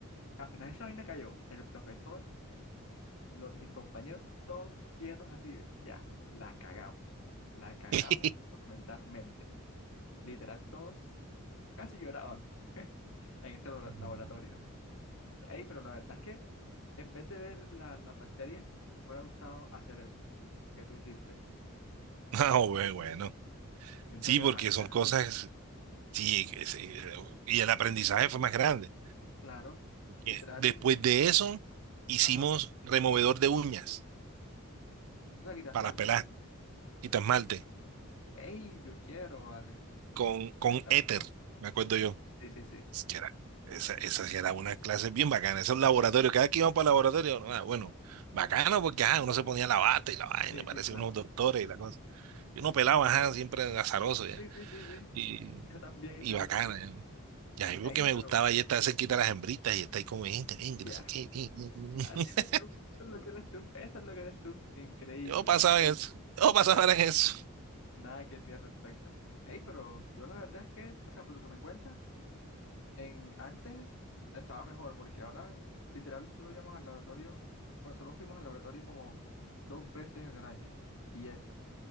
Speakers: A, on the left; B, on the right.
A: apenas esa vaina cayó, el profesor, los, mis compañeros, todos quietos así, ¿ves? Ya, la cagamos, la cagamos
B: <laughs>
A: monumentalmente. Literal, todos casi lloraban en ese labo-
B: No,
A: laboratorio. Ey, pero la verdad es que en vez de ver la- las bacterias, me hubiera gustado hacer eso que tú hiciste.
B: No, bue- bueno,
A: Siento
B: sí,
A: que
B: porque
A: es más
B: son
A: interesante.
B: cosas, sí, es- eh, y el aprendizaje fue más grande.
A: Claro,
B: Que
A: literal,
B: Después de eso, hicimos
A: ajá
B: removedor de uñas
A: O sea, quita
B: para
A: esmalte.
B: pelar y esmalte
A: ¡Ey! Yo quiero, vale.
B: con, con
A: Bueno,
B: éter,
A: pero.
B: me acuerdo yo.
A: Sí, sí, sí.
B: Es que era, esa, esa sí era una clase bien bacana, esos laboratorios, cada que íbamos para el laboratorio, ah, bueno, bacano porque ajá, uno se ponía la bata y la vaina,
A: Sí,
B: parecía
A: sí, claro.
B: unos doctores y la cosa. Y uno pelaba, ajá, siempre azaroso ya.
A: Sí, sí, sí, sí.
B: Y,
A: Yo también hice
B: y bacana.
A: eso.
B: Ya. Y a mí
A: ¡Ey!
B: lo que me
A: Pero.
B: gustaba y está cerquita a las hembritas y está ahí como gente, ven, que
A: Ya.
B: no sé qué. ven, ven,
A: Así
B: ven". <laughs>
A: eres tú. Eso es lo que eres tú. Eso es lo que eres tú. Increíble,
B: Yo pasaba
A: vale.
B: en eso, yo pasaba en eso.
A: Nada que decir al respecto. ¡Ey! Pero yo la verdad es que, o sea, por lo que me cuentas, en antes estaba mejor, porque ahora literal solo íbamos al laboratorio. Bueno, solo fuimos al laboratorio como dos veces en el año. Y eso.